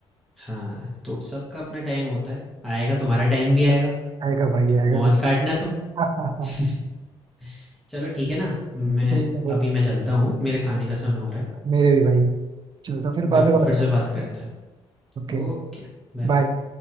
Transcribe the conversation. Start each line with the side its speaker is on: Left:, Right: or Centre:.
Centre: हाँ तो सबका अपना टाइम होता है आएगा तुम्हारा टाइम भी आएगा
Right: आएगा भाई आएगा
Centre: मौज काटना तुम
Right: जरूर
Centre: <laughs>
Right: <laughs>
Centre: चलो ठीक है ना मैं
Right: ठीक है फिर
Centre: अभी मैं चलता हूँ मेरे खाने का समय हो रहा
Right: मेरे भी भाई चलो तो फिर
Centre: है
Right: बाद
Centre: बिल्कुल
Right: में बात
Centre: फिर से
Right: करता
Centre: बात
Right: हूँ
Centre: करते हैं
Right: ओके
Centre: ओके बाय
Right: बाय